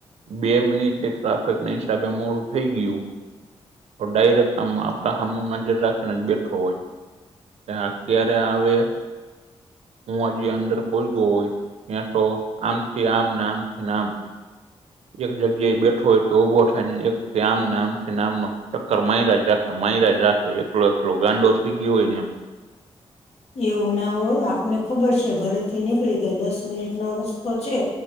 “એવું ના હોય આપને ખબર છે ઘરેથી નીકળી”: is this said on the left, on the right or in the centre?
Left